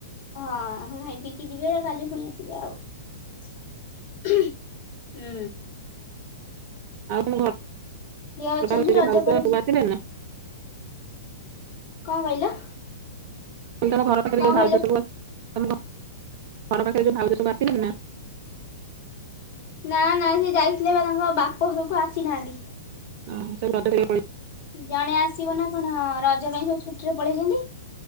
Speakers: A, on the left (about 50°); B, on the right (about 45°).
A: ହଁ ଖାଇ ପିଇକି ଯିବେ କାଲି ପୁଣି ଆସିବେ ଆଉ। ହୁଁ।
B: ଆଉ ତୁମ
A: ଇଏ ଅଛନ୍ତି
B: ଘର ସେଇ
A: ରଜ
B: ଯୋଉ କହୁଚ
A: ପରେ
B: ସବୁ
A: ଯିବେ
B: ଆସିଲେ ନା?
A: କଣ କହିଲ?
B: ତମ ଘର ପାଖରେ
A: କଣ
B: ଯୋଉ ଭାଉଛ
A: କହିଲ
B: ସବୁ ତମ ଘର ପାଖରେ ଯୋଉ ଭାଉଜ ସବୁ ଆସିଲେଳି ନା?
A: ନା ନା ସେ ଯାଇଥିଲେ ପା ତାଙ୍କ ବାପ ଘରକୁ ଆସିନାହାନ୍ତି।
B: ହଁ ସେ ବ୍ରତ କରିଇବା କୁ ଯାଇ
A: ଜଣେ ଆସିବ ନା କଣ ରଜ ପାଇଁ ସବୁ ଛୁଟିରେ ପଳେଇଚନ୍ତି।